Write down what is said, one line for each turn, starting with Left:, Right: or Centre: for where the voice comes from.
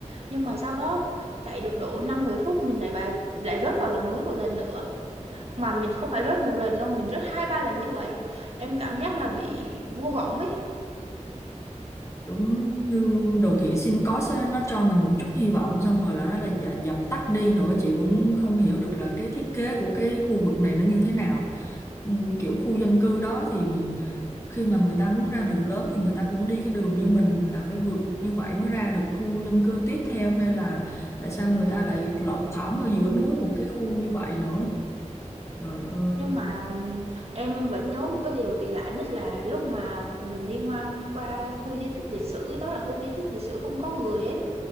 Right: nhưng mà sau đó chạy được độ năm mười phút mình lại lại lại rớt vào lòng núi một lần nữa mà mình không phải rớt một lần đâu mình rớt hai ba lần như vậy em cảm giác là bị vô vọng ấy
Left: Đúng như đồ thị sinh có á, nó cho mình một chút hy vọng xong rồi là nó là dạ- dập tắt đi nữa chị cũng không hiểu được là cái thiết kế của cái khu vực này nó như thế nào Ừm, kiểu khu dân cư đó thì khi mà người ta muốn ra đường lớn thì người ta cũng đi cái đường như mình là phải vượt như vậy mới ra được khu dân cư tiếp theo hay là tại sao người ta lại lọt thỏm ở giữa núi một cái khu như vậy nữa trời ơi
Right: nhưng mà ừm, em vẫn nhớ một cái điều kỳ lạ nhất là lúc mà mình đi ngang qua khu di tích lịch sử đó là khu di tích lịch sử không có người ấy